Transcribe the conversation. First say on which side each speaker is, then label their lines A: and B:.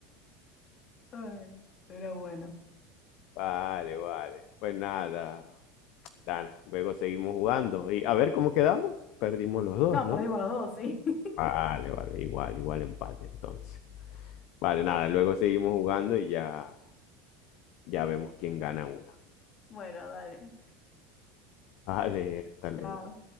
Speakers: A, on the left; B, on the left.
A: Ay, pero bueno.
B: Vale, vale. Pues nada, Dana, luego seguimos jugando y a ver cómo quedamos. Perdimos los dos,
A: No,
B: ¿no?
A: perdimos los dos, sí. <laughs>
B: Vale, vale, igual, igual empate entonces. Vale,
A: Bueno,
B: nada, luego seguimos jugando y ya, ya vemos quién gana una.
A: bueno, dale,
B: Vale,
A: dale.
B: hasta luego.
A: Chao.